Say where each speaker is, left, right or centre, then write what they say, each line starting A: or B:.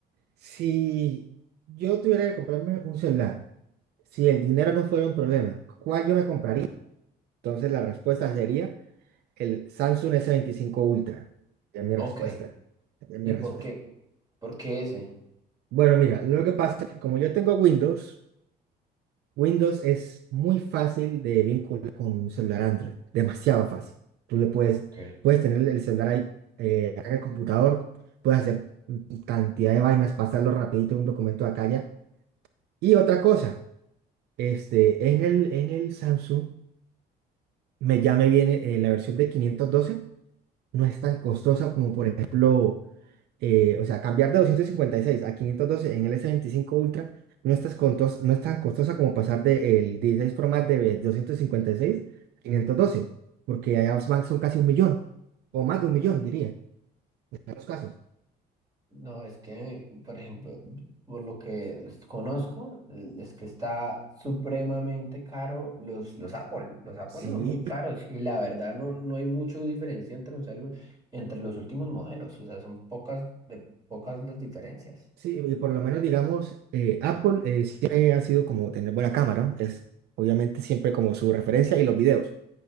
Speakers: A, on the right; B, on the right.
A: si yo tuviera que comprarme un celular, si el dinero no fuera un problema, ¿cuál yo me compraría? Entonces la respuesta sería el Samsung s veinticinco Ultra, ya es mi
B: Ok,
A: respuesta, ya es
B: ¿Y
A: mi respuesta.
B: por qué? ¿Por qué ese?
A: Bueno, mira, lo que pasa es que como yo tengo Windows, Windows es muy fácil de vincular con un celular Android, demasiado fácil. Tú le puedes,
B: ok.
A: puedes tener el celular ahí eh, acá en el computador, puedes hacer cantidad de vainas, pasarlo rapidito un documento de acá allá. Y otra cosa, este, en el, en el Samsung me, ya me viene eh, la versión de 512, no es tan costosa como por ejemplo eh, o sea, cambiar de 256 a 512 en el S25 Ultra no es, tan costos- no es tan costosa como pasar del 16 Pro Max de 256 a 512, porque allá van- son casi un millón, o más de un millón,
B: Mm.
A: diría, en los casos.
B: No, es que, por ejemplo, por lo que los conozco, eh, es que está supremamente caro los, los Apple. Los Apple
A: Sí,
B: son muy caros y la verdad no, no hay mucha diferencia entre un celular, entre los últimos modelos. O sea, son pocas, de pocas las diferencias.
A: sí, y por lo menos digamos, eh, Apple eh, siempre ha sido como tener buena cámara, ¿no? Es obviamente siempre como su referencia y los videos.